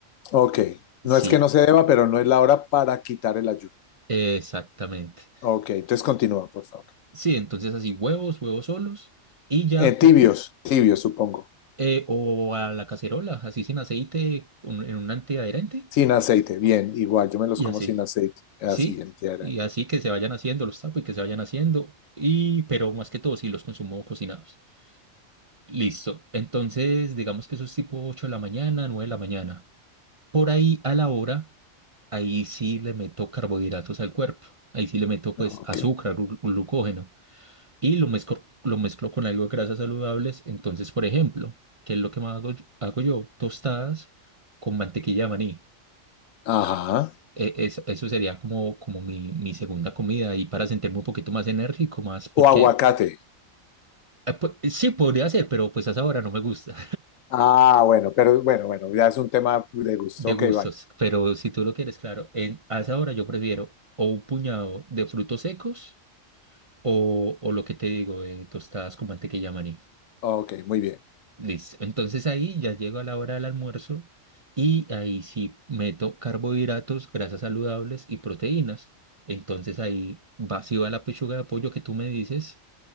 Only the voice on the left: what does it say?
Ok, no
es que no se deba, pero no es la hora para quitar el ayuno.
Ok, entonces continúa, por favor.
Eh,
tibios, tibios, supongo.
Sin aceite, bien, igual, yo me los
como
sin aceite, así
entera.
Ok,
ajá.
O aguacate.
Ah, bueno, pero bueno, bueno, ya es un tema de
gusto.
Ok,
vale.
Ok, muy bien.